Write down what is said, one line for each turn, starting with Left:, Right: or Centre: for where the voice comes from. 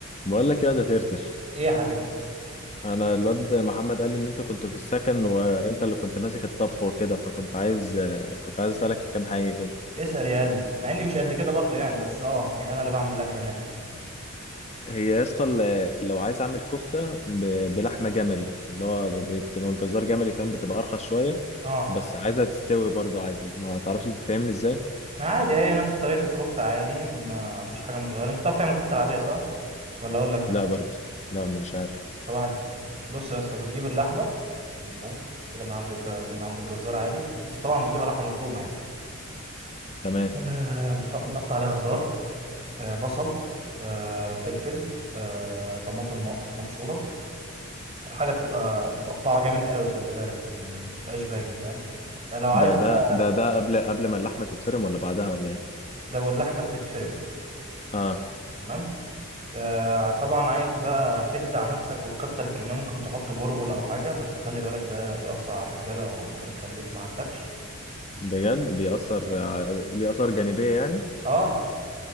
Left: بقول لك يا ده ترتر
Right: ايه يا حبيبي
Left: انا الواد محمد قال لي ان انت كنت في السكن وانت اللي كنت ماسك الطبخ وكده فكنت عايز كنت عايز اسالك في كام حاجه كده
Right: اسأل يا قلبي مع اني مش قد كده برضو يعني بس اه يعني انا اللي بعمل الاكل هناك
Left: هي يا اسطى ال- لو عايز اعمل كفته ب- بلحمه جملي اللي هو ب- بتبقى من جزار جملي فاهم بتبقى ارخص شويه
Right: اه
Left: بس عايزها تستوي برضو عادي ما تعرفش بتتعمل ازاي
Right: عادي هي نفس طريقة الكفتة عادي ما فيش حاجة متغيرة انت بتعرف تعمل الكفتة العادية صح ولا اقول لك
Left: لا برضو لا مش عارف
Right: صباح الفل بص يا اسطى بتجيب اللحمة تمام؟ من عند الج... من عند الجزار عادي بس طبعا بتجيبها لحمة مفرومة يعني
Left: تمام
Right: آه، بتح- بتقطع عليها خضار آه، بصل آه، فلفل آه، طماطم مق- مبشورة الحاجة بتبقى متقطعة جامد قوي خلي بالك يعني ما بتبقاش باينة فاهم لو عايز
Left: ده
Right: بقى
Left: ده ده ده قبل قبل ما اللحمه تتفرم ولا بعدها ولا ايه
Right: ده واللحمة بتتفرم
Left: اه
Right: تمام آه طبعا عايز بقى تخدع نفسك وتكتر الكمية ممكن تحط برغل أو حاجة بس خلي بالك ده بيأثر على الرجالة وممكن يخليك ما عندكش
Left: بجد بيأثر ع- ليه آثار جانبية يعني
Right: اه